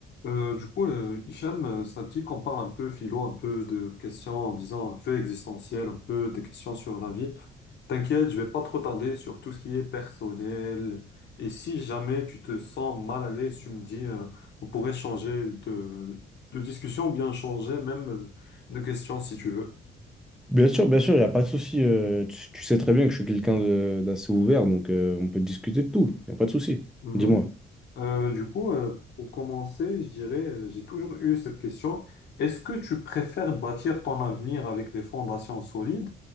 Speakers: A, on the left; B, in the centre.
A: Euh, du coup, euh, Hicham, euh, ça te dit qu'on parle un peu philo, un peu de questions, en disant un peu existentielles, un peu des questions sur la vie. T'inquiète, je vais pas trop tarder sur tout ce qui est personnel. Et si jamais tu te sens mal à l'aise, tu me dis, euh, on pourrait changer de, de discussion ou bien changer même euh, de question si tu veux.
B: Bien sûr, bien sûr, il n'y a pas de souci. euh, tu, tu sais très bien que je suis quelqu'un de- d'assez ouvert, donc euh, on peut discuter de tout. Il n'y a pas de souci.
A: Mhm.
B: Dis-moi.
A: Euh, du coup, euh, pour commencer, je dirais, euh, j'ai toujours eu cette question. Est-ce que tu préfères bâtir ton avenir avec des fondations solides